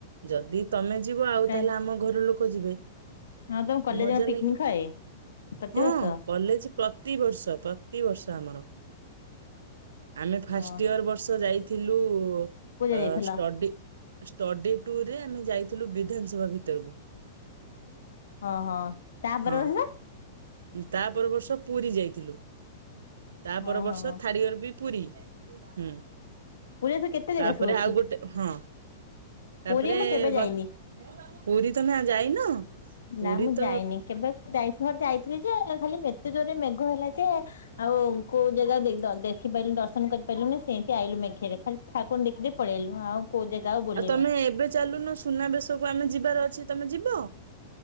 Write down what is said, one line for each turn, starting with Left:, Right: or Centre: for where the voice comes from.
Right: ଯଦି ତମେ ଯିବ ଆଉ
Left: କାଇଁ
Right: ତାହେଲେ ଆମ ଘର ଲୋକ ଯିବେ।
Left: ହଁ ତମ କଲେଜ୍
Right: ମଜା
Left: କଣ ପିକନିନ୍
Right: ଲାଗେ
Left: ହଏ? ପ୍ରତିବର୍ଷ?
Right: ହଁ କଲେଜ ପ୍ର ପ୍ରତିିବର୍ଷ ପ୍ରତିିବର୍ଷ ଆମର। ଆମେ ଫାଷ୍ଟ
Left: ହଁ
Right: ଇୟର ବର୍ଷ ଯାଇ ଥିଲୁ ଅ
Left: କୋଉ ଯାଗା ଯାଇଥିଲ?
Right: ଷ୍ଟଡି ଷ୍ଟଡି ଟୁୁର୍ ରେ ଆମେ ଯାଇଥିଲୁ ବିଧାନସଭା ଭିତରକୁ।
Left: ହଁ ହଁ ତାପର
Right: ହଁ।
Left: ବର୍ଷ
Right: ତା ପର ବର୍ଷ ପୁରୀ ଯାଇଥିଲୁ। ତା
Left: ହଁ
Right: ପର ବର୍ଷ
Left: ହଁ ହଁ
Right: ଥାର୍ଡ ଇୟର ବି ପୁରୀ। ହୁଁ,
Left: ପୁରୀରେ ସବୁ କେତେ ଜାଗା
Right: ତାପରେ
Left: ସବୁ ଅଛି?
Right: ଆଉ ଗୋଟେ ହଁ। ତାପରେ
Left: ପୁରୀ ମୁଁ କେବେ ଯାଇନି।
Right: ଗ ପୁରୀ ତମେ ଆଉ ଯାଇନ? ପୁରୀ
Left: ନା ମୁଁ
Right: ତ
Left: ଯାଇନି। କେବେ ଯାଇଥିଲ ଯାଇଥିଲି ଯେ ଖାଲି ଏତେ ଜୋର ରେ ମେଘ ହେଲା ଯେ ଆଉ କୋଉ ଜାଗା ଦେ ଦେଖିପାରିଲୁନି ଦର୍ଶନ କରିପାରିଲୁନି ସେନ୍ତି ଆଇଲୁ ମେଘେ ରେ। ଖାଲି ଠାକୁନ୍ ଦେଖି ଦେଇ ପଳେଆଇଲୁ। ଆଉ କୋଉ ଜାଗା ଆଉ ବୁଲିନୁ।
Right: ଆଉ ତମେ ଏବେ ଚାଲୁନ। ସୁନାବେଶକୁ ଆମେ ଯିବାର ଅଛି ତମେ ଯିବ?